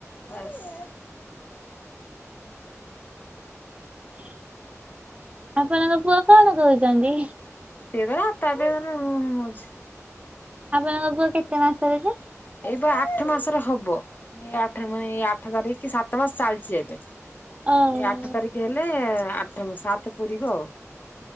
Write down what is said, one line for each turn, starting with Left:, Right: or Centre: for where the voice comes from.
Left: ଭଏସ୍
Right: <inaudible> ଆପଣଙ୍କ ପୁଅ କଣ କରୁଚନ୍ତି।
Left: ସିଏ ତାର ଆପେ ଆପେ ତାର ହୁଁ ହୁଁ ହୋଉଚି।
Right: ଆପଣଙ୍କ ପୁଅ କେତେ ମାସରେ କି।
Left: ଏଇବା ଆଠ ମାସର ହବ ଏଇ ଆଠ ର ମା ଏଇ ଆଠ ତାରିଖ କି ସାତ ମାସ ଚାଲିଛି ଏବେ। ଏ
Right: ଓହୋ
Left: ଆଠ ତାରିଖ ହେଲେ ଆଠ ସାତ ପୁରିବ ଆଉ।